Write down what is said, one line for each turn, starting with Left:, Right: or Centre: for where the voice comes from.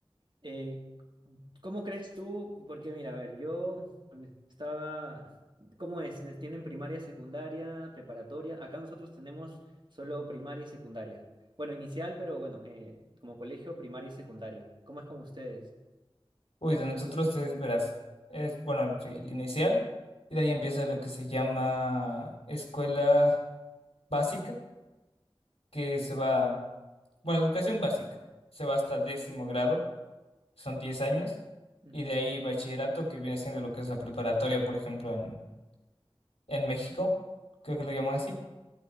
Right: Eh, ¿cómo crees tú? Porque mira, a ver, yo estaba, ¿cómo es? ¿Les ¿Tienen primaria, secundaria, preparatoria? Acá nosotros tenemos solo primaria y secundaria. Bueno, inicial, pero bueno, eh, como colegio, primaria y secundaria. ¿Cómo es con ustedes?
Left: Uy, de nosotros es, verás, es, bueno, sí, el inicial, y de ahí empieza lo que se llama escuela básica, que se va, bueno, educación básica, se va hasta décimo grado, son 10 años,
Right: Ujú,
Left: y de ahí bachillerato, que viene siendo lo que es la preparatoria, por ejemplo, en, en México, creo que lo llaman así